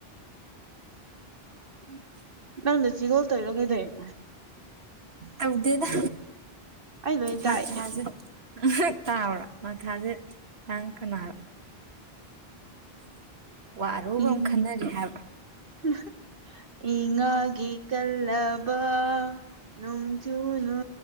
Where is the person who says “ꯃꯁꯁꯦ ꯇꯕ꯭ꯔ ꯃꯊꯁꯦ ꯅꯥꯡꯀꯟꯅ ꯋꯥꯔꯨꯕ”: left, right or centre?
Right